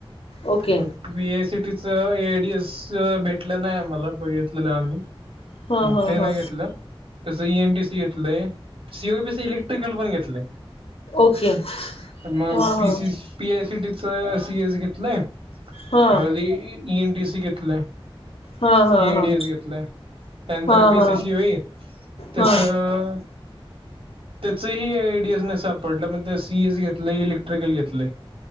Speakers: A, on the left; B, on the right.
A: ओके.
B: परत बी ए सी टीच, ए डी एस भेटलं नाही आम्हाला बघितलेलं आम्ही.
A: हा
B: म
A: हा
B: ते नाही
A: हा.
B: घेतलं. तसं ई एन टी सी घेतलंय, C O P C electrical पण घेतले.
A: ओके!
B: मग
A: हा
B: पी
A: हा.
B: सी पी आय सीटीच सी एस घेतलंय.
A: हा
B: परत ई एन टी सी घेतलंय.
A: हा हा
B: एडी
A: हा
B: एस घेतलं, त्यानंतर
A: हा
B: पी
A: हा
B: सी सी होई त्याचं
A: हा
B: त्याचही आयडीएस नाही सापडलं म्हण सीएसी घेतलं इलेक्ट्रिकल घेतलं.